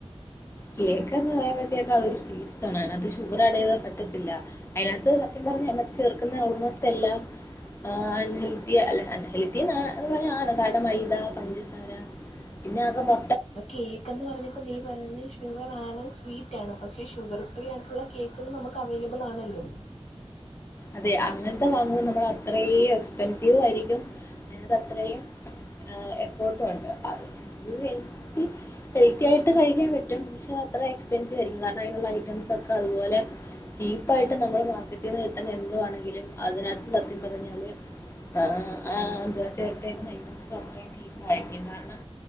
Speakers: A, on the left; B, on the left.
A: കേക്ക് എന്ന് പറയുമ്പത്തേക്കു അതൊരു സ്വീറ്റ്സ് ആണ്. അയിനകത്ത് ഷുഗർ ആഡ് യ്യാതെ പറ്റത്തില്ല. അയിനകത്ത് സത്യം പറഞ്ഞ അതിനത്ത് ചേർക്ക്ന്ന ഓൾമോസ്റ്റ് എല്ലാം ആ അൺഹെൽത്തി അല് അൺഹെൽത്തിന്ന് പറഞ്ഞ ആണ്. കാരണം മൈദ, പഞ്ചസാര പിന്നെ ആകെ മൊ
B: ഇപ്പൊ കേക്കന്ന് പറഞ്ഞപ്പൊ നീ പറഞ്ഞു ഷുഗർ ആണ് സ്വീറ്റ് ആണ്. പക്ഷേ ഷുഗർ ഫ്രീ ആയിട്ട്ള്ള കേക്ക്ള് നമക്ക് അവൈലബിൾ ആണല്ലോ
A: അതെ അങ്ങൻത്ത വാങ്ങുമ്പോൾ നമ്മൾ അത്രേ എക്സ്പെൻസീവു ആയിരിക്കും അയിനകത്ത് അത്രയും എഫോർട്ടും ഉണ്ട്. അപ്പ ഒരു ഹെൽത്തി ഹെൽത്തി ആയിട്ട് കഴിക്കാൻ പറ്റും. പക്ഷെ അത്ര എക്സ്പെൻസീവ് ആയിരിക്കും കാരണം അയിനുള്ള ഐറ്റംസ് ഒക്കെ അതുപോലെ ചീപ്പായിട്ട് നമ്മൾ മാർക്കറ്റീന്ന് കിട്ട് അയിന് എന്തുവാണെങ്കിലും അതിനകത്ത് സത്യം പറഞ്ഞാല് അ ആ എന്താ ചേർത്തേക്കുന്ന ഐറ്റംസും അത്രേം ചീപ്പായിരിക്കും. കാരണം